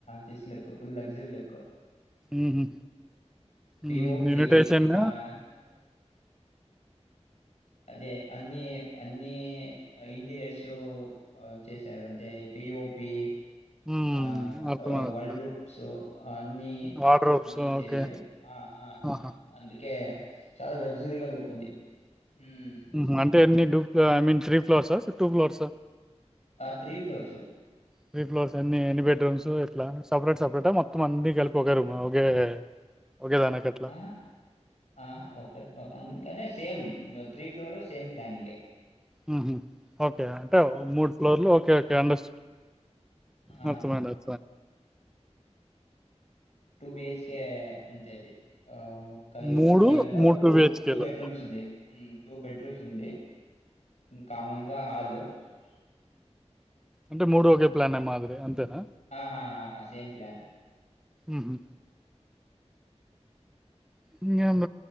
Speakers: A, on the left; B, in the centre.
A: rich look full luxury look.
B: ఉహు
A: పీఓపీ
B: ఉహు ఇన్విటేషన్.
A: ఆహ్, అదే అన్ని అన్ని ఇంటీరియర్స్ చేశారు అంటే. పిఓపి
B: హ్మ్.
A: ఆ
B: అర్థమవుతుంది.
A: వరల్డ్ రూప్స్ అన్ని
B: వార్డ్‌రోబ్స్
A: అన్ని చేశారు
B: ఓకే.
A: ఆ ఆ
B: ఆహా!
A: అందుకే చాలా లగ్జురీగా లుక్ ఉంది. ఉ ఉ
B: ఊహు అంటే అన్నీ డూప్ ఇఐ ఫ్లోర్స్ టూ ఫ్లోర్స్
A: ఆ త్రీ ఫ్లోర్సు
B: త్రీ ఫ్లోర్స్ ఎన్ని ఎన్ని బెడ్రూమ్స్ ఎట్లా సపరేట్ సపరేట మొత్తం అన్ని గలిపి ఒకే రూమా ఒకే ఒకే దానికి అట్లా
A: ఆహా ఆహా ఒక ఒక కాని same three floor same planning
B: ఊహు ఓకే అంటే మూడు ఫ్లోర్లు ఓకే ఓకే ఓకే అండస్
A: ఆ!
B: మొత్తమెంత
A: బిహెచ్కె అంత అది ఒక
B: మూడు
A: ఒక ఇల్లు
B: మూడు
A: టూ
B: బిహెచ్కేలు
A: టూ బెడ్రూమ్స్ ఉంది టూ బెడ్రూమ్స్ ఉంది కామన్ గా హాలు ఓ
B: అంటే మూడు ఒకే ప్లాన్ మాదిరి అంతేనా
A: ఆహా ఆహా, సేమ్ ప్లాన్
B: ఊహు ఇంగేమ్